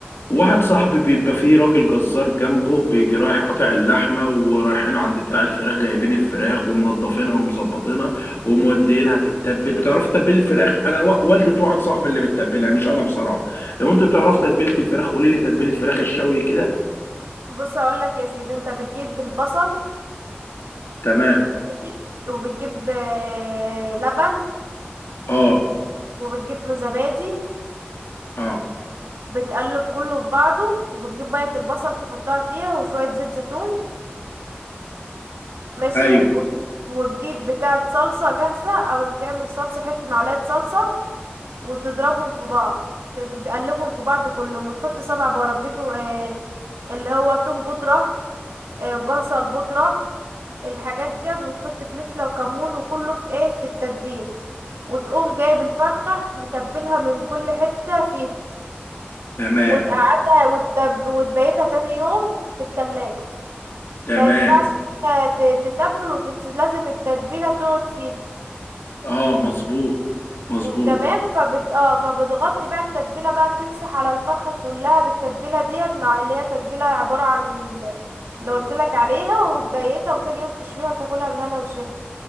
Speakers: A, on the left; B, on the right.
A: واحد صاحبي بيبقى فيه راجل جزار جنبه بيجي رايح قاطع اللحمة ورايحين عند بتاع الفراخ جايبين الفراخ ومنضفينها ومظبطينها وموديينها تتبل بتعرف تتبل الفراخ انا و- والدة واحد صاحبي اللي بتتبلها مش انا بصراحة لو انت بتعرف تتبيلة الفراخ قولي لي تتبيلة فراخ الشوي كده
B: بص اقول لك يا سيدي انت بتجيب البصل
A: تمام
B: ماشي وبتجيب آه، لبن
A: اه
B: وبتجيب زبادي
A: اه
B: بتقلب كله في بعضه وبتجيب بيضة البصل تحطها فيها وشوية زيت زيتون ماشي
A: ايوه
B: وتجيب وتجيب بتاعة صلصة جاهزة او تعمل صلصة حتة معلقة صلصة وتضربهم في بعض ت- تقلبهم في بعض كلهم وتحط سبع بربيكم آه، اللي هو توم بودرة آه، بصل بودرة الحاجات ديت وتحط فلفلة وكمون وكله في ايه في التتبيل وتقوم جايب الفرخة متبلها من كل حتة فيها
A: تمام
B: وتقعدها وتب... وتبيتها تاني يوم في التلاجة
A: تمام
B: ما ينفعش إنت ت- تتبل وتت... لازم التتبيلة تقعد فيها
A: اه مظبوط مظبوط
B: وتمام فبت اه فبتغطي بقى التتبيله بقى بتمسح على الفرخه كلها بالتتبيله ديت مع اللي هي تتبيله عباره عن ال- اللي قلت لك عليها وتبيتها وتاني يوم تشويها وتاكلها بالهنا والشفا